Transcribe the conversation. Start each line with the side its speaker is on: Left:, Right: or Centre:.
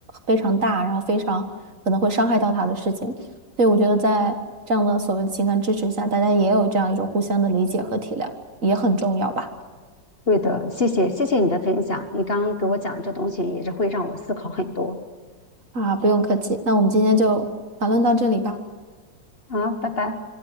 Right: 非常大，然后非常可能会伤害到他的事情。所以我觉得在这样的所谓的情感支持下，大家也有这样一种互相的理解和体谅，也很重要吧。
Left: 对的，谢谢，谢谢你的分享，你刚刚给我讲这东西也是会让我思考很多。
Right: 啊，不用客气，那我们今天就讨论到这里吧。
Left: 好，拜拜。